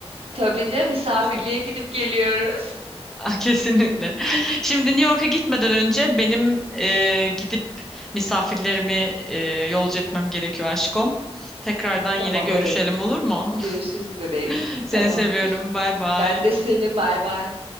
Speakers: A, on the right (about 60°); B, in the centre.
A: tabii de misafirliğe
B: Değil mi? <laughs>
A: gidip geliyoruz.
B: Ah, Kesinlikle. Şimdi New York'a gitmeden önce benim e, gidip misafirlerimi e, yolcu etmem gerekiyor aşkım. Tekrardan yine
A: Tamam
B: görüşelim
A: bebeğim.
B: olur mu?
A: Görüşürüz bebeğim.
B: <laughs> Seni
A: Tamamdır.
B: seviyorum. Bay bay.
A: Ben de seni bay bay.